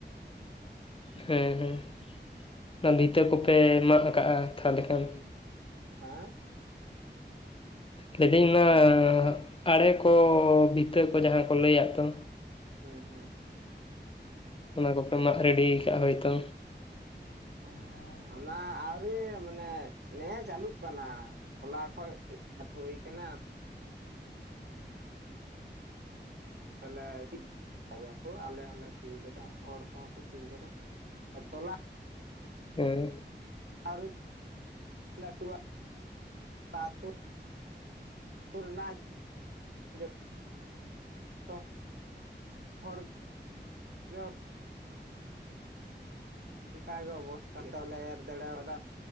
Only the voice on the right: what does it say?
ᱮᱸ
ᱦᱩᱸ ᱦᱩᱸ
<unintelligible> ᱦᱮᱸ ᱮᱸ ᱚᱱᱟ ᱟᱹᱣᱨᱤ ᱢᱟᱱᱮ ᱱᱮ ᱪᱟᱹᱞᱩᱜ ᱠᱟᱱᱟ᱾ ᱦᱚᱞᱟ ᱠᱷᱚᱡ ᱤᱥᱴᱟᱴ ᱦᱩᱭ ᱠᱟᱱᱟ᱾ ᱛᱚᱞᱮ ᱥᱤᱵ <unintelligible> <unintelligible> ᱠᱚ ᱟᱞᱮ ᱦᱚᱸᱞᱮ ᱥᱤᱣ ᱠᱟᱫᱟ ᱦᱚᱲ ᱠᱚᱦᱚᱸ ᱠᱚ ᱥᱤᱣ ᱠᱟᱫᱟ ᱛᱚᱞᱟ
ᱟᱹᱣᱨᱤ ᱞᱟᱹᱴᱩᱜ-ᱟ ᱟᱯᱟᱛᱩ ᱥᱩᱨ ᱨᱮᱱᱟᱜ ᱡᱚ <unintelligible> ᱛᱚ ᱦᱚᱲ ᱜᱮ <unintelligible> ᱚᱝᱠᱟᱜᱮ ᱚᱵᱚᱥᱛᱟ ᱛᱮ ᱵᱚᱞᱮ ᱮᱨ ᱫᱟᱲᱮᱭᱟᱫᱟ᱾